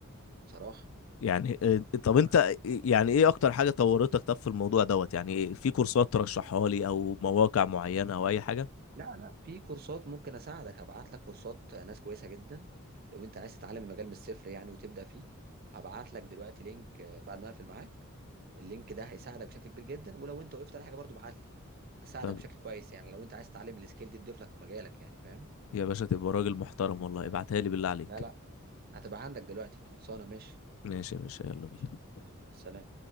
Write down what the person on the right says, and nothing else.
بصراحه
دي
معاك
في-
لا لا في كورسات ممكن اساعدك هبعت لك كورسات ناس كويسه جدا لو انت عايز تتعلم المجال من الصفر يعني وتبدا فيه هبعت لك دلوقتي لينك آه، بعد ما اقفل معاك اللينك ده هيساعدك بشكل كبير جدا ولو انت وقفت على حاجه برضو ابعت لي هساعدك
بشكل كويس يعني لو انت عايز تتعلم السكيل دي تضيف لك في مجالك يعني فاهم
لا لا هتبقى عندك دلوقتي خلصانه ماشي
ماشي ماشي. سلام